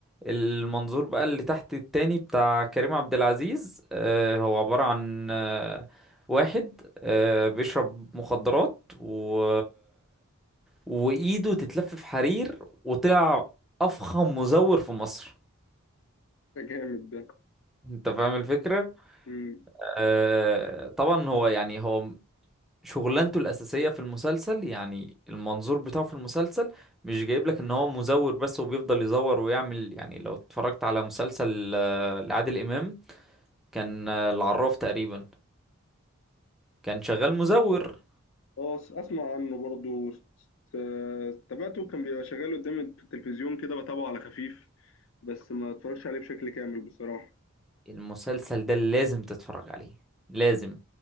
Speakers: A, in the centre; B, on the left.
A: المنظور بقى اللي تحت التاني بتاع كريم عبد العزيز آه هو عبارة عن آه واحد آه بيشرب مخدرات و وايده تتلف في حرير وطلع افخم مزور في مصر
B: ده جامد ده
A: انت فاهم الفكرة
B: امم
A: آه طبعا هو يعني هو شغلانته الأساسية في المسلسل يعني المنظور بتاعه في المسلسل مش جايب لك ان هو مزور بس وبيفضل يزور ويعمل يعني لو اتفرجت على مسلسل آه، لعادل إمام كان آه، العراف تقريبا كان شغال مزور
B: اه أس- اسمع عنه برضو س- تابعته كان بيبقى شغال قدامي في التلفزيون كده بتابعه على خفيف بس ما اتفرجش عليه بشكل كامل بصراحة
A: المسلسل ده لازم تتفرج عليه لازم